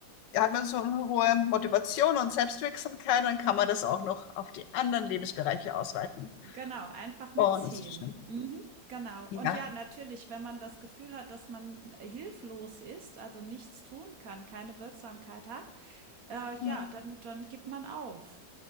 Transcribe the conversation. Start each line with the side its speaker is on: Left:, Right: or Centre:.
Left: hat man so eine hohe Motivation und Selbstwirksamkeit, dann kann man das auch noch auf die anderen Lebensbereiche ausweiten.
Right: Genau, einfach mitziehen.
Left: Und das ist schön.
Right: Mhm, genau. Und
Left: Ja.
Right: ja, natürlich, wenn man das Gefühl hat, dass man hilflos ist, also nichts tun kann, keine Wirksamkeit hat, äh, ja,
Left: Mhm,
Right: dann dann gibt man auf.